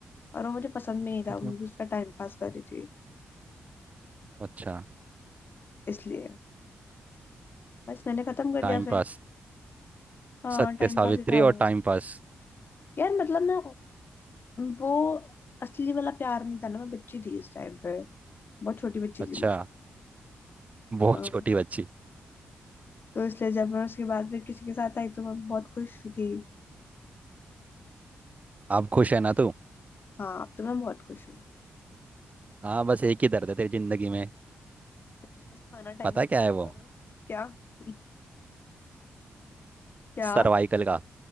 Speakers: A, on the left; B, on the right.
A: और वो मुझे पसंद भी नहीं था
B: ये तो-
A: मैं उसका टाइम पास कर रही थी
B: अच्छा
A: इसलिए बस मैंने खत्म कर
B: Time
A: दिया फिर
B: pass
A: हाँ
B: सत्य
A: टाइम
B: सावित्री
A: पास ही था
B: और
A: वो
B: टाइम पास
A: यार मतलब ना वो असली वाला प्यार नहीं था ना मैं बच्ची थी इस टाइम पे बहुत छोटी बच्ची
B: अच्छा
A: थी मैं
B: बहुत
A: हाँ
B: छोटी बच्ची
A: तो इसलिए जब मैं उसके बाद फिर किसी के साथ आई तो मैं बहुत खुश थी
B: आप खुश है ना तू
A: हाँ अब तो मैं बहुत खुश हूँ
B: हाँ बस एक ही दर्द है तेरी जिंदगी में
A: मुझे बस खाना टाइम
B: पता
A: से
B: क्या
A: दे दिया
B: है वो
A: करो क्या <laughs> क्या
B: सर्वाइकल का